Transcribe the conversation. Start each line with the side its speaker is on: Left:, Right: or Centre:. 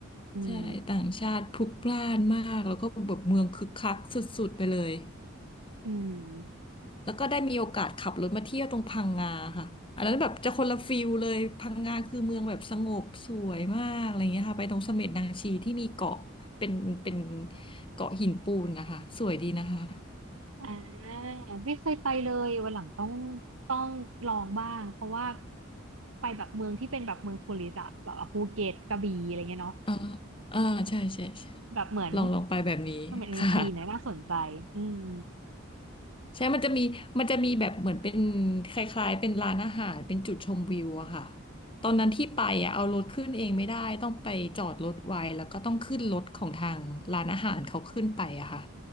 Right: อืม
Left: ใช่ต่างชาติพลุกพล่านมากแล้วก็แบบเมืองคึกคักสุดๆไปเลย
Right: อืม
Left: แล้วก็ได้มีโอกาสขับรถมาเที่ยวตรงพังงาค่ะอันนั้นแบบจะคนละฟิลเลยพังงาคือเมืองแบบสงบสวยมากอะไรเงี้ยค่ะไปตรงเสม็ดนางชีที่มีเกาะเป็นเป็นเกาะหินปูนนะคะสวยดีนะคะ
Right: อ่าไม่เคยไปเลยวันหลังต้องต้องลองบ้างเพราะว่าไปแบบเมืองที่เป็นแบบเมืองทัวริสต์อะแบบอ่ะภูเก็ตกระบี่อะไรเงี้ยเนาะ
Left: อ่าอ่าใช่ใช่ใช่
Right: แบบเหมือน
Left: ลองลองไปแบบนี้ค่ะ
Right: เสม็ดนางชีนะน่าสนใจอืม
Left: ใช่มันจะมีมันจะมีแบบเหมือนเป็นคล้ายๆเป็นร้านอาหาร เป็นจุดชมวิวอะค่ะ ตอนนั้นที่ไปอะเอารถขึ้นเองไม่ได้ต้องไปจอดรถไว้แล้วก็ต้องขึ้นรถของทางร้านอาหารเขาขึ้นไปอะค่ะ